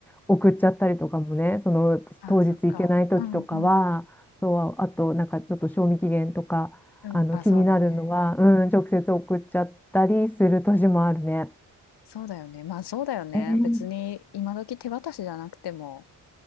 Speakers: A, in the centre; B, on the left (about 70°).
A: 送っちゃったりとかもね、その当日行けない時とかは、
B: あ、そっか。うんうん。
A: そう、あとなんかちょっと賞味期限とか、
B: うん。
A: あの気になるのは、
B: あ、そうだね。
A: うん、直接送っちゃったりする年もあるね。
B: そうだよね。まあ、そうだよね。
A: え
B: 別に今時手渡しじゃなくても。
A: え